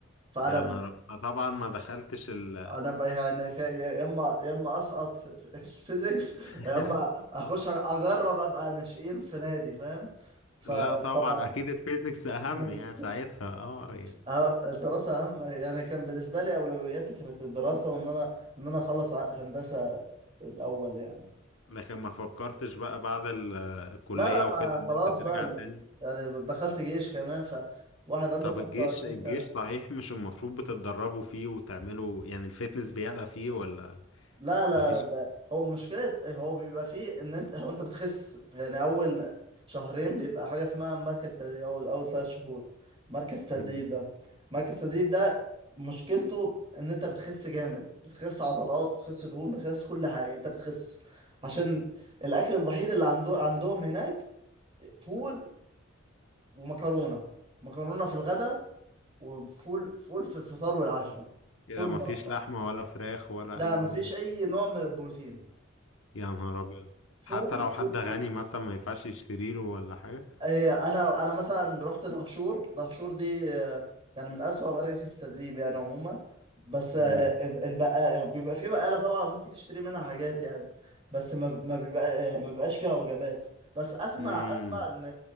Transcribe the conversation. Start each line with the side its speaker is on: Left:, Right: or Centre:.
Right: فانا
Left: يا نهار أب- طبعا ما دخلتش ال
Right: انا بقى يعني كا- يا اما يا اما اسقط في <laughs> الفيزيكس
Left: <laughs>
Right: يا اما اخش اجرب ابقى ناشئين في نادي فاهم فطبعا
Left: لا طبعا اكيد الفيزيكس اهم
Right: <laughs>
Left: يعني ساعتها اه يعني
Right: اه الدراسة أهم يعني كان بالنسبة لي أولوياتي كانت الدراسة وإن أنا إن أنا أخلص ع- هندسة الأول يعني
Left: لكن ما فكرتش بقى بعد ال- الكلية
Right: لا لا ما
Left: وكده ان
Right: خلاص
Left: انت
Right: بقى
Left: ترجع
Right: ال-
Left: تاني
Right: يعني دخلت جيش كمان فواحد عنده
Left: طب
Right: 25
Left: الجيش الجيش
Right: سنة
Left: صحيح مش المفروض بتتدربوا فيه وتعملوا يعني الفتنس بيعلى فيه ولا
Right: لا لا
Left: مفيش
Right: لا ب- هو مشكلة هو بيبقى فيه ان انت هو انت بتخس يعني اول شهرين بيبقى حاجة اسمها مركز تدريب او اول ثلاث شهور مركز تدريب
Left: مم.
Right: ده مركز تدريب ده مشكلته ان انت بتخس جامد بتخس عضلات بتخس دهون بتخس كل حاجة انت بتخس عشان الاكل الوحيد اللي عنده عندهم هناك فول ومكرونة مكرونة في الغداء وفول فول في الفطار والعشاء
Left: كده
Right: فول ومربى
Left: مفيش لحمة ولا فراخ ولا
Right: لا
Left: اي
Right: مفيش
Left: لحمة.
Right: اي نوع من البروتين
Left: يا نهار ابيض
Right: فول
Left: حتى لو
Right: فول
Left: حد غني
Right: فول
Left: مثلا ما ينفعش يشتري له ولا حاجة
Right: إيه انا انا مثلا رحت دهشور دهشور دي آه، يعني من اسوأ مراكز التدريب يعني عموما بس آه،
Left: مم.
Right: البقى بيبقى في بقالة طبعا ممكن تشتري منها حاجات يعني بس ما ما بيبقى آه، ما بيبقاش فيها وجبات بس اسمع
Left: مم.
Right: اسمع ان